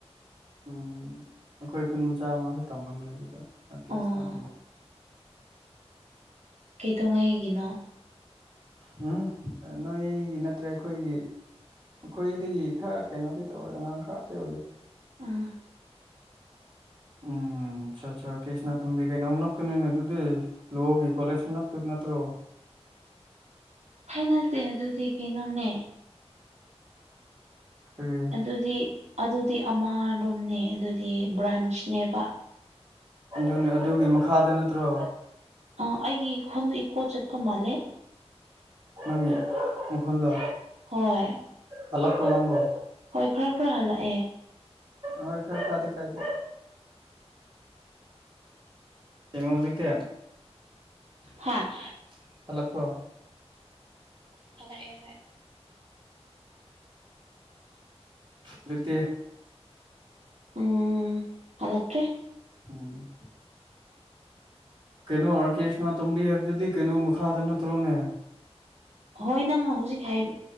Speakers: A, on the right; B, on the right.
A: ꯎꯝ ꯑꯈꯣꯏ ꯈꯨꯨꯟ ꯃꯆꯥꯃꯁꯨ ꯇꯝꯃꯝꯅꯦ ꯑꯗꯨꯗ ꯔꯀꯦꯁꯅ
B: ꯑꯣ
A: ꯑꯗꯨꯝ
B: ꯀꯩꯗꯧꯉꯩꯒꯤꯅꯣ
A: ꯎꯝꯍꯝ ꯅꯣꯏꯒꯤ ꯅꯠꯇ꯭ꯔꯦ ꯑꯩꯈꯣꯏꯒꯤ ꯑꯈꯣꯏꯗꯒꯤ ꯈꯔ ꯀꯩꯅꯣꯗꯤ ꯇꯧꯋꯦ ꯑꯉꯥꯡ ꯈꯔ ꯇꯧꯌꯦ
B: ꯎꯝ
A: ꯎꯝ ꯆꯥ ꯆꯥ ꯀꯦꯁꯅ ꯇꯨꯝꯕꯤ ꯀꯩꯅꯣ ꯅꯣꯛꯇꯅꯅꯦ ꯑꯗꯨꯗꯦ ꯂꯣꯒꯤ ꯀꯣꯂꯦꯁ ꯅꯞꯇꯨ ꯅꯠꯇ꯭ꯔꯣ
B: <unintelligible> ꯍꯩꯅꯗꯦ ꯑꯗꯨꯗꯤ ꯀꯩꯅꯣꯅꯦ
A: ꯀꯔꯤ
B: ꯑꯗꯨꯗꯤ ꯑꯗꯨꯗꯤ ꯑꯃꯔꯣꯝꯅꯦ ꯑꯗꯨꯗꯤ ꯕ꯭ꯔꯥꯟꯁꯅꯦꯕ
A: ꯑꯗꯨꯅꯦ ꯑꯗꯨꯒꯤ ꯃꯈꯥꯗ ꯅꯠꯇ꯭ꯔꯣ
B: ꯑ ꯑꯩꯒꯤ ꯍꯣꯟꯗꯤ ꯏꯀꯣ ꯆꯠꯄ ꯃꯥꯜꯂꯦ
A: ꯅꯪꯒꯤ ꯃꯈꯣꯟꯂꯣ
B: ꯍꯣꯏ
A: ꯀꯂꯞꯄꯣ ꯅꯪꯕꯣ
B: ꯍꯣꯏ ꯈꯔ ꯈꯔ ꯍꯜꯂꯛ ꯑꯦ
A: ꯑꯣꯏ ꯈꯔ ꯐꯗꯦ ꯀꯥꯏꯗꯦ ꯌꯦꯡꯉꯣ ꯍꯧꯖꯤꯛꯇꯤ
B: ꯍꯥ
A: ꯍ ꯍꯜꯂꯛꯄ꯭ꯔꯣ ꯐꯂꯛ ꯑꯦ ꯍꯣꯏ ꯍꯧꯖꯤꯛꯇꯤ
B: ꯎꯝ ꯍꯂꯛꯇ꯭ꯔꯦ
A: ꯎꯝ ꯀꯩꯅꯣ ꯑꯥꯔꯀꯦ ꯁꯅ ꯇꯣꯝꯕꯤ ꯍꯥꯏꯕꯗꯨꯗꯤ ꯀꯩꯅꯣ ꯃꯈꯥꯗ ꯅꯠꯇ꯭ꯔꯣꯅꯦ
B: ꯍꯣꯏ ꯅꯪꯅ ꯍꯧꯖꯤꯛ ꯍꯥꯏꯕ